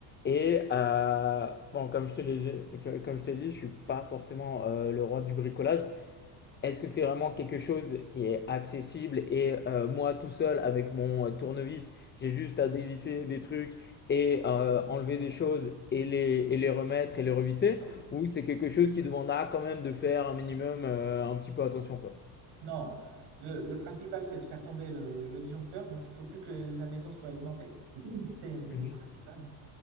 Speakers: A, on the left; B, on the right.
A: Et euh, bon, comme je te l'ai dit, que- comme je te l'ai dit, je suis pas forcément euh, le roi du bricolage, Est-ce que c'est vraiment quelque chose qui est accessible et heu, moi tout seul avec mon, heu, tournevis, j'ai juste à dévisser des trucs et heu, enlever des choses et les et les remettre et les revisser?
B: Ah oui?
A: Ou c'est quelque chose qui demandera quand même de faire un minimum, heu, un petit peu attention, quoi?
B: Non. Le, le principal, c'est de faire tomber le, le disjoncteur. Donc il faut plus que la maison soit alimentée. <clears throat> C'est c'est
A: Mmh
B: le principal. hein.